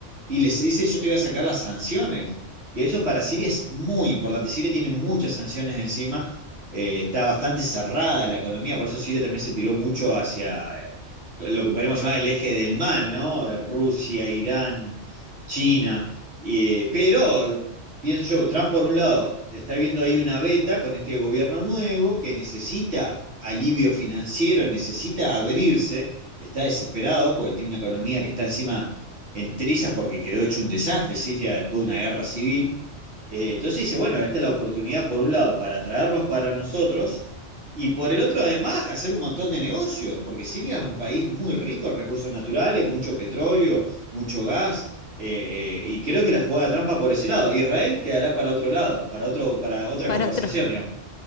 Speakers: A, on the right; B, on the left.
A: y les dice, yo te voy a sacar las sanciones. Y eso para Siria es muy importante. Siria tiene muchas sanciones encima, eh, está bastante cerrada la economía, por eso Siria también se tiró mucho hacia eh, lo que podríamos llamar el eje del mal, ¿no? Eh, Rusia, Irán, China. Eh, pero pienso yo, Trump por un lado está viendo ahí una beta con este gobierno nuevo que necesita alivio financiero, necesita abrirse, está desesperado porque tiene una economía que está encima en trizas porque quedó hecho un desastre, Siria, después de una guerra civil. Eh, entonces dice, bueno, esta es la oportunidad por un lado para traerlos para nosotros y por el otro además hacer un montón de negocios, porque Siria es un país muy rico en recursos naturales, mucho petróleo, mucho gas eh, y creo que la jugada trampa por ese lado. Israel quedará para otro lado, para otro, para otra
B: <laughs> Para
A: conversación,
B: otro.
A: digamos.